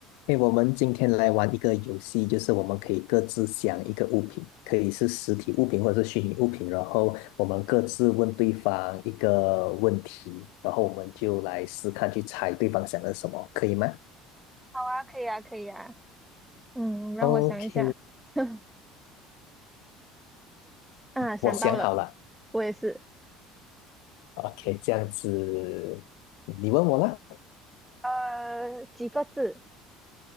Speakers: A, on the left (about 80°); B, in the centre.
A: 诶，我们今天来玩一个游戏，就是我们可以各自想一个物品，可以是实体物品或者是虚拟物品，然后我们各自问对方一个问题，然后我们就来试看去猜对方想的是什么，可以吗
B: 好啊，可以啊，可以啊。嗯，让我想一下。
A: ？OK，
B: <laughs> 啊，想到了，
A: 我想好了。
B: 我也是。
A: OK，这样子，你问我啦，
B: 呃，几个字？